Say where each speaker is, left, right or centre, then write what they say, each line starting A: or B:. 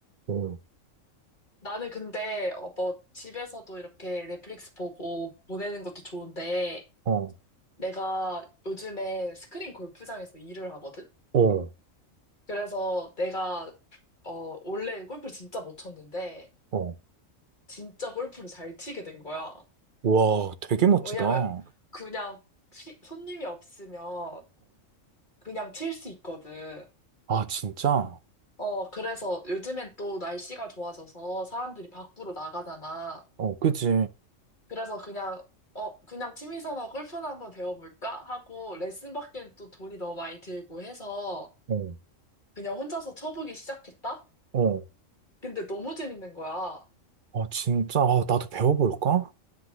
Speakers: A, on the right; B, on the left.
A: 어,
B: 나는 근데 어, 뭐 집에서도 이렇게 넷플릭스 보고 보내는 것도 좋은데
A: 어,
B: 내가 요즘에 스크린 골프장에서 일을 하거든?
A: 어,
B: 그래서 내가 어 원래 골프 진짜 못 쳤는데
A: 어.
B: 진짜 골프를 잘 치게 된 거야.
A: 와, 되게 멋지다.
B: 왜냐면
A: 어,
B: 그냥 시- 손님이 없으면 그냥 칠 수 있거든.
A: 아, 진짜?
B: 어 그래서 요즘엔 또 날씨가 좋아져서 사람들이 밖으로 나가잖아.
A: 어, 그지?
B: 그래서 그냥, 어, 그냥 취미 삼아 골프나 한번 배워볼까? 하고 레슨 받기엔 또 돈이 너무 많이 들고 해서
A: 어,
B: 그냥 혼자서 쳐보기 시작했다?
A: 어,
B: 근데 너무 재밌는 거야. 어,
A: 아, 진짜? 아, 나도 배워볼까?